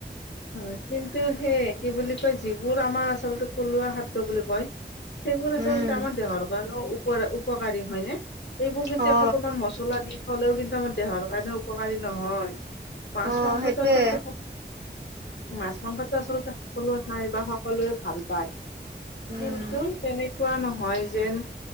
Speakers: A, on the left (about 85°); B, on the right (about 65°).
A: হয়, কিন্তু সেই কি বুলি কয় যিবোৰ আমাৰ আচলতে থলুৱা খাদ্য বুলি কয়। সেইবোৰ আচলতে
B: উম
A: আমাৰ দেহৰ কাৰণেও উপকাৰী হয় নে? এইবোৰ কিন্তু
B: অ
A: এসোপামান মচ- চলা দি থলেও কিন্তু আমাৰ দেহৰ কাৰণে উপকাৰী নহয় মাছ
B: অ
A: মাংসটো
B: সেইটোৱে
A: আচলতে মাছ মাংসটো আচলতে সকলোৱে খায় বা সকলোৱে ভাল পায়।
B: উম
A: কিন্তু তেনেকুৱা নহয় যেন